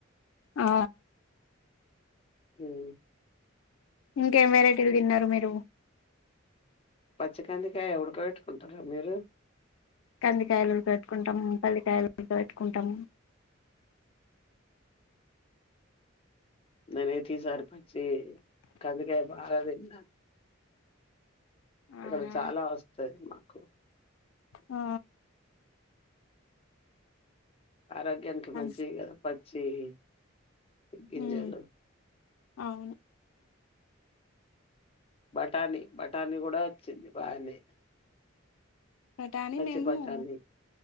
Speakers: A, on the left; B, on the left.
A: ఆ
B: మ్మ్
A: ఇంకేం వెరైటీలు తిన్నారు మీరు
B: పచ్చికందికాయ ఉడక పెట్టుకుంటరా మీరు
A: కందికాయలు ఉడకవేట్టుకుంటాము పల్లికాయలు ఉడకవేట్టుకుంటాము.
B: నేన్ అయితే ఈసారి పచ్చియి కందికాయ బాగాతిన్న
A: అవునా
B: ఇక్కడ చాలా వస్తాయి మాకు
A: ఆ
B: ఆరోగ్యానికి మంచియి
A: అన్
B: గదా పచ్చియి గింజలు
A: ఉమ్ అవును
B: బఠానీ బఠానీ కూడా వచ్చింది బాగానే
A: బఠానీ
B: పచ్చి
A: మేము
B: బఠానీ